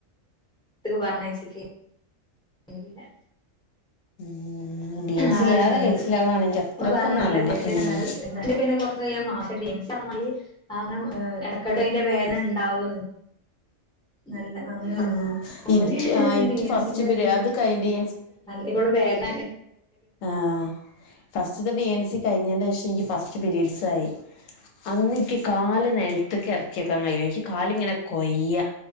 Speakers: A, in the centre; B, on the left.
A: <unintelligible> പറഞ യ് ച്ച്ക്കെന്നു അനി പിന്നെ
B: ഉം ഡി എൻ സി
A: ആ
B: ഇല്ലാതെ
A: ഒരു സമയ്
B: കഴിച്ചിലാവാണെങ്കി
A: ത്ത്
B: അത്രക്കും
A: ഓൽ പറഞ്ഞ
B: നന്ന
A: നല്ല വേദനെ
B: ഉം
A: ണ് അഹ് എന്ത പിന്നെ കൊറച്ചഴിഞ്ഞ മാ <unintelligible> ആ അങ്ങനെ ഇടക്കിടെ അതിന്റെ വേദന ഉണ്ടാവൂ ന്ന് നല്ല നന്ന
B: ഉം
A: ർ ന്ന ഓല്
B: എനിക്ക് ആ എനിക്ക്
A: ഡി എൻസിന്റെ
B: ഫസ്റ്റ് പിരി
A: തില്
B: അത് കഴി ഡി
A: ഇ പ്പളും വേദ
B: ആ ഫസ്റ്റ്ത്തെ ഡി എൻസി കഴിഞ്ഞിന്റെ ഷം എനിക്ക് ഫസ്റ്റ് പിരീഡ്സ് ആയി അന്നിക്ക് കാല് നെൽത്ത്ക്ക് എർ ക്കിക്കാൻ കഴിയൂ എനിക്ക് കാലിങ്ങനെ കൊയ്യ